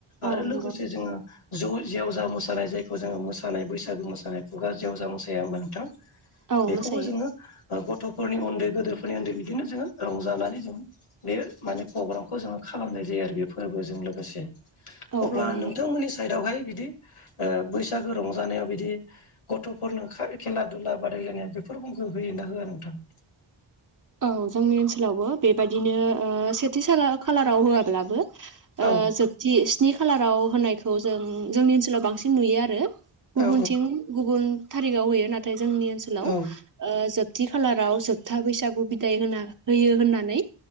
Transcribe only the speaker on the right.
औ
नंगौ
नोंथां
औ
मोसायो
औ
औ नंगौ
औ जोंनि ओनसोलावबो बेबायाददिनो सेथि खालाराव होआब्लाबो।
जोबथि स्नि खालाराव होनायखौ जों जोंनि ओनसोलाव बांसिन नुयो आरो। गुबुनथिं
गुबुन थारिगाव होयो नाथाय जोंनि ओनसोलाव
ओ जोबथि खालाराव जोबथा बैसागु बिदाय होना होयो होननानै